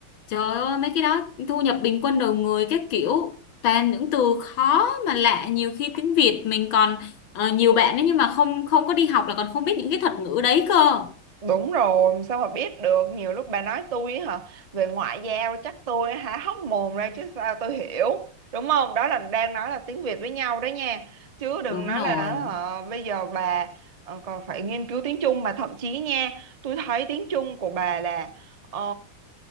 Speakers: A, on the left (about 70°); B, on the right (about 65°).
A: Trời ơi mấy cái đó thu nhập bình quân đầu người các kiểu toàn những từ khó mà lạ nhiều khi tiếng Việt mình còn ờ, nhiều bạn ấy nhưng mà không không có đi học là còn không biết những cái thuật ngữ đấy cơ.
B: Đúng rồi, sao mà biết được, nhiều lúc bà nói tôi ấy hả, về ngoại giao chắc tôi há hốc mồm ra chứ sao tôi hiểu, đúng không? Đó là đang nói là tiếng Việt với nhau đấy nha, chứ đừng
A: Đúng
B: nói
A: rồi,
B: là hả, bây giờ bà ờ, còn phải nghiên cứu tiếng Trung mà thậm chí nha, tôi thấy tiếng Trung của bà là ờ,